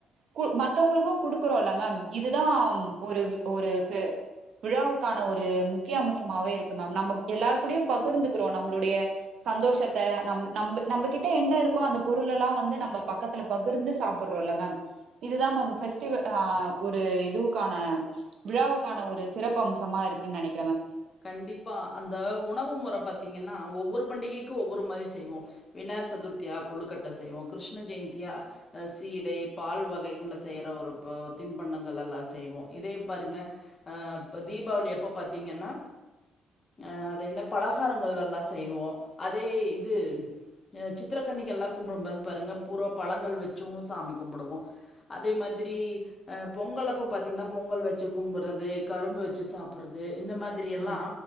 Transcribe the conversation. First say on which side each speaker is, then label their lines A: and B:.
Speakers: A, on the right (about 65°); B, on the left (about 35°).
A: கு மத்தவ்ங்ளுக்கு குடுக்குறோல மேம் இதுதாம் ஒரு ஒரு து விழாவுக்கான ஒரு முக்கிய அமுசமாவே இருக்கு மேம் நம்ப எல்லாருகூடையு பகிர்ந்துக்றோ நம்மளுடைய சந்தோஷத்த நம் நம் நம்பக்கிட்ட என்ன இருக்கோ அந்த பொருளலா வந்து நம்ப பக்கத்துல பகிர்ந்து சாப்புட்றோல மேம் இதுதா மேம் ஃபெஸ்டிவ ஆஹ் ஒரு இதுவுக்கான விழாவுக்கான ஒரு சிறப்பு அம்சமா இருக்குன் நெனைக்
B: கண்டிப்பா அந்த உணவு முற பாத்தீங்க னா ஒவ்வொரு பண்டிகைக்கு ஒவ்வொரு மாரி செய்வோ விநாயர் சதுர்த்தியா கொழுக்கட்ட செய்வோ கிருஷ்ண ஜெயந்தியா அஹ் சீடை பால் வகைகள்ல செய்ற ஒரு போ தின்பண்டங்கள் எல்லா செய்வோ இதே பாருங்க ஆஹ் இப்ப தீபாவளி அப்ப பாத்தீங்கனா அஹ் அது என்ன பலகாரங்கள் எல்லா செய்வோ அதே இது அஹ் சித்ரக்கண்ணிக்கு எல்லா கும்புடும்போது பாருங்க பூரா பழங்கள் வச்சு சாமி கும்புடுவோ அதே மாதிரி அஹ் பொங்கல் அப்ப பாத்தீங்னா பொங்கல் வச்சு கும்புட்றது கரும்பு வச்சு சாப்புட்றது இந்த மாதி ரி எல்லா
A: ம்